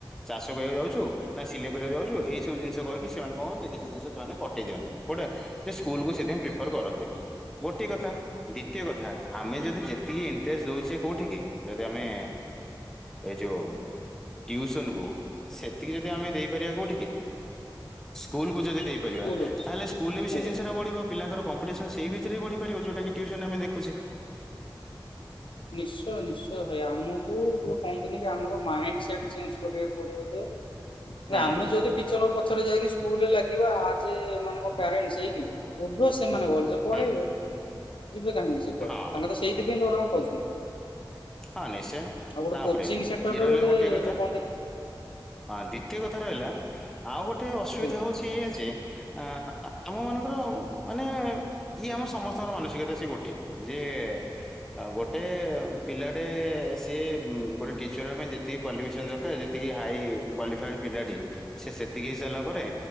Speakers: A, in the centre; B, on the left.
A: ଚାଷ କରିବାକୁ ଯାଉଛୁ। ନା ସିଲେଇ କରିବାକୁ ଯାଉଛୁ ଏଇ ସବୁ ଜିନିଷ କହିକି ସେମାନେ କହନ୍ତି କିଛି ଜିନିଷ ସେମାନେ କଟେଇ ଦିଅନ୍ତି କୋଉଟା ସେ ସ୍କୁଲ କୁ ସେଥିପାଇଁ ପ୍ରିଫର କରନ୍ତିନି ଗୋଟିଏ କଥା ଦ୍ଵିତୀୟ କଥା ଆମେ ଯଦି ଯେତିକି ଇଣ୍ଟରେଷ୍ଟ ଦଉଛେ କୋଉଠିକି ଯଦି ଆମେ ଏଇ ଯୋଉ ଟିଉସନ କୁ ସେତିକି ଯଦି ଆମେ ଦେଇପାରିବା କୋଉଠିକି ସ୍କୁଲକୁ ଯଦି ଦେଇ ପରିବା।
B: ସ୍କୁଲ ଉପରେ
A: ତାହେଲେ ସ୍କୁଲରେ ବି ସେ
B: ଆଜ୍ଞା।
A: ଜିନିଷଟା ବଢ଼ିବ ପିଲାଙ୍କର କମ୍ପିଟିସନ୍ ସେଇ ଭିତରେ ବି ବଢ଼ି ପାରିବ ଯଉଟା କି ଟିଉସନରେ ଆମେ ଦେଖୁଛେ।
B: ହଁ। ନିଶ୍ଚୟ ନିଶ୍ଚୟ ଭାଇ ଆମକୁ କୁହନ୍ତିନି କି ଆମର ମାଇଣ୍ଡ ସେଟ
A: ହୁଁ
B: ଆମେ ଯଦି ଟିଚରଙ୍କ ପଛରେ ଯାଇକି ସ୍କୁଲରେ ଲାଗିବା ଲାଗିବା ଆଜ ଏ ମାନେ କଣ ପ୍ୟାରେଣ୍ଟସ ହେଇକି ଅଭିଅସ ସେମାନେ ପଢ଼େଇବେ
A: ହୁଁ
B: ଯିବେ କାହିଁକି ସେ କୁଆଡ଼େ
A: ହଁ
B: ତାଙ୍କେ ତ ସେଇଥିପାଇଁ ଦରମା ପାଉଛନ୍ତି।
A: ହଁ ନିଶ୍ଚୟ
B: ଆଉ ଗୋଟେ
A: ତାପରେ
B: କୋଚିଂ ସେଣ୍ଟରରେ
A: ଇଏ ରହିଲା ଗୋଟେ କଥା।
B: ଯୋଉ କହନ୍ତିନି
A: ହଁ ଦ୍ଵିତୀୟ କଥା ରହିଲା ଆଉ ଗୋଟେ ଅସୁବିଧା
B: ଆଜ୍ଞା
A: ହଉଛି ଏୟା ଯେ ଆ ଆମ ମାନଙ୍କର ମାନେ ଇଏ ଆମ ସମସ୍ତଙ୍କର ମାନସିକତା ସେ ଗୋଟେ ଯେ ଅ ଗୋଟେ ପିଲାଟେ ସିଏ ଗୋଟେ ଟିଚର ହେବା ପାଇଁ ଯେତିକି କ୍ୱାଲିଫିକେସନ ଦରକାରେ ଯେତିକି ହାଇ କ୍ୱାଲିଫାଇଡ଼ ପିଲାଟି ସେ ସେତିକି ହେଇସାରିଲା ପରେ